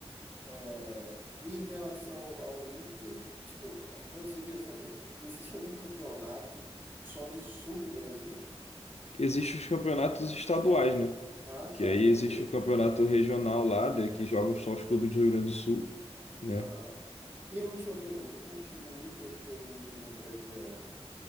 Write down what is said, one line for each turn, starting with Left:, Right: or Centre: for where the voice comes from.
Right: É, e em relação ao Inter, tipo, antes eu queria saber, existe algum campeonato só do sul do Brasil?
Left: Existem os campeonatos estaduais, né?
Right: Ah,
Left: Que
Right: tá,
Left: aí
Right: ok.
Left: existe o campeonato regional lá, de- que jogam só os clubes do Rio Grande do Sul, né?
Right: Aham. E a última pergunta, como que o Inter tem indo no Brasileirão?